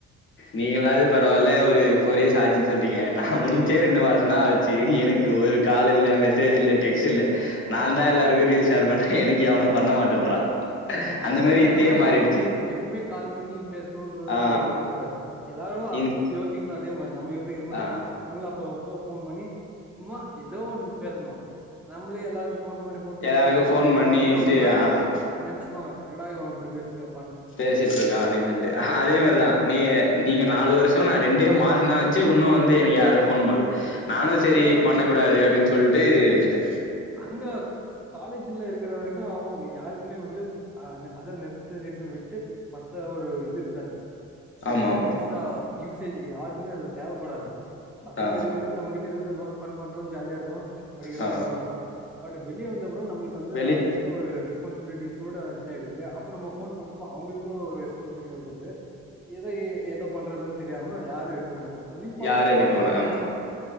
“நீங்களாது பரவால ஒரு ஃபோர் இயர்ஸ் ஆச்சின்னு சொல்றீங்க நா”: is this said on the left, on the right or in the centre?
Left